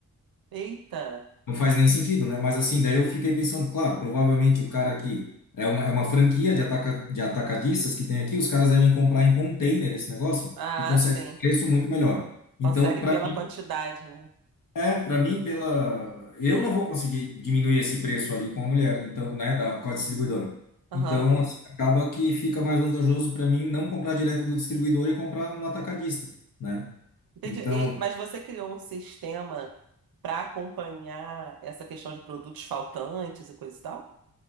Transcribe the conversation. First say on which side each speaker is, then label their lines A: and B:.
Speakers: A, on the right (about 75°); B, on the left (about 60°).
A: Eita!
B: Não faz nem sentido, né? Mas assim, daí eu fiquei pensando, claro, provavelmente o cara aqui é uma, é uma franquia de, ataca, de atacadistas que tem aqui, os caras devem comprar em container esse negócio
A: Ah,
B: e conseguem
A: sim.
B: um preço muito melhor. Então,
A: Consegue
B: para
A: pela quantidade, né?
B: É, para mim, pela. Eu não vou conseguir diminuir esse preço ali com a mulher, então, né, da, com a distribuidora.
A: Aham.
B: Então, assim, acaba que fica mais vantajoso para mim não comprar direto do distribuidor e comprar no atacadista, né?
A: Entendi.
B: Então,
A: E- mas você criou um sistema para acompanhar essa questão de produtos faltantes e coisa e tal?